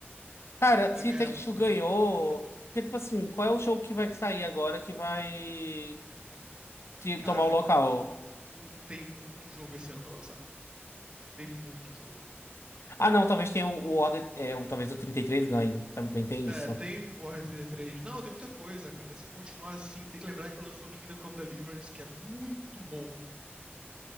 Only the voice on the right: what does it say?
Vai
ganhar
muita coisa.
Cara,
o, tem muito jogo esse ano pra lançar. Tem muito jogo.
É,
tem Warhammer 33. Não, tem muita coisa, cara. Se continuar assim, tem que lembrar que lançou Kingdom Come Deliverance, que é muito bom.